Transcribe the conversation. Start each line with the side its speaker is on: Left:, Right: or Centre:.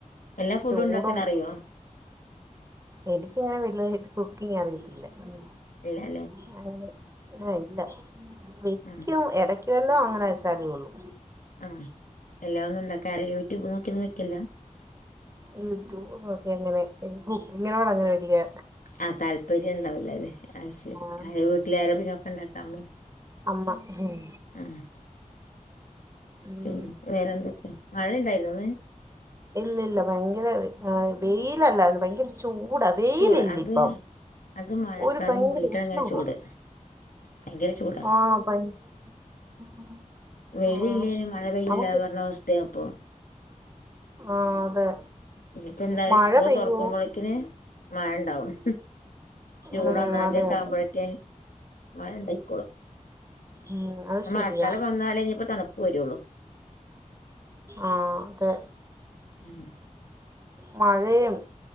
Left: എല്ലാ ഫുഡും
Right: ചൂടും
Left: ഉണ്ടാക്കാൻ അറിയോ
Right: എനിക്കിങ്ങനെ വലുതായിട്ട് കുക്കിങ് അറിയത്തില്ല ഉം
Left: ഇല്ല അല്ലേ
Right: ഞാൻ ആഹ് ഇല്ല വെക്കും
Left: ആഹ്
Right: ഇടക്ക് ഇല്ലാം അങ്ങനെ വെച്ചാലെ ഒള്ളൂ
Left: ആഹ് എല്ലാ ഒന്നും ഇണ്ടക്കാറി യൂട്യൂബ് നോക്കി ഒന്നും വെക്കലില്ല
Right: യൂട്യൂബ് നോക്കി അങ്ങനെ കുക്കിങ്ങനോട് അങ്ങനെ വല്യ
Left: ആഹ് താല്പര്യം ഇണ്ടാവുലല്ലേ അയി ശരി
Right: ആ
Left: വീട്ടിലാര പിന്ന ഒക്കെ ഇണ്ടാക്കാ അമ്മേ
Right: അമ്മ ഉം
Left: ആഹ്
Right: ഉം
Left: പിന്നെ വേറെന്തൊക്കെ മഴ ഇണ്ടായിരുന്നോ ഇന്ന്
Right: ഇല്ല ഇല്ല ഭയങ്കര വെയ് വെയിലല്ലാര്ന്ന് ഭയങ്കര ചൂടാ വെയിലില്ലിപ്പം
Left: ചൂട് അത് അത് മഴക്കാറ്
Right: ഒരു ഭയങ്കര
Left: മൂടിയിട്ടാണ്
Right: ഉഷ്ണവാ
Left: ഇങ്ങനെ ചൂട് ഭയങ്കര ചൂടാ
Right: ആഹ് <unintelligible>
Left: വെയില്
Right: ആഹ്
Left: ഇല്ലേനും മഴ പെയ്യൂല
Right: നമുക്ക്
Left: പർഞ്ഞ അവസ്ഥയാ ഇപ്പൊ.
Right: ആഹ് അതെ
Left: ഇഞ്ഞ്‌പ്പ എന്തായാലും
Right: മഴ
Left: സ്കൂള്
Right: പെയ്യോ
Left: തൊർക്കുമ്പൊളക്കിന് മഴണ്ടാവും. ജൂണ്
Right: ഉം
Left: ഒന്നാന്തി
Right: അതെ
Left: ഒക്കെ
Right: അതെ
Left: ആവ്മ്പഴേക്ക് മഴണ്ടായിക്കോളും.
Right: ഉം അത് ശരിയാ
Left: മഴക്കാലം വന്നാലേ ഇനിപ്പ തണുപ്പ് വരുള്ളു.
Right: ആഹ് തെ.
Left: ഉം
Right: മഴയും